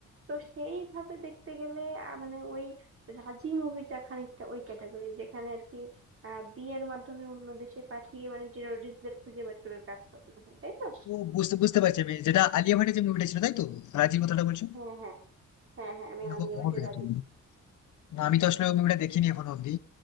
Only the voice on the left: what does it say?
তো বুঝতে বুঝতে পারছি আমি যেটা আলিয়া ভাটের যে মুভিটা ছিল তাই তো রাজির কথাটা বলছো
এরো
রো
রো
রো না আমি তো আসলে ওই মুভিটা দেখিনি এখনো অব্দি